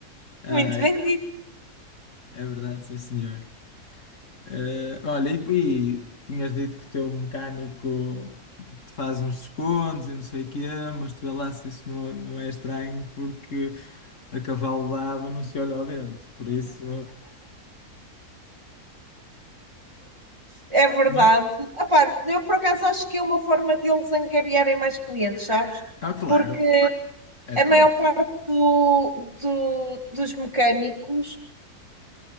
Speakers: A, on the left; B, on the right.
A: Ah,
B: Muito bem dito.
A: É verdade, sim, senhor. Eh, olha, e, e tinhas dito que o teu mecânico te te faz uns descontos e não sei o quê, mas tu vê lá se isso não, não é estranho, porque a cavalo dado não se olha ao dente. Por isso.
B: É verdade.
A: né?
B: Epá, eu por acaso acho que é uma forma deles angariarem mais clientes, sabes?
A: Ah, claro,
B: Porque
A: é
B: a
A: top.
B: maior parte do- do- dos mecânicos,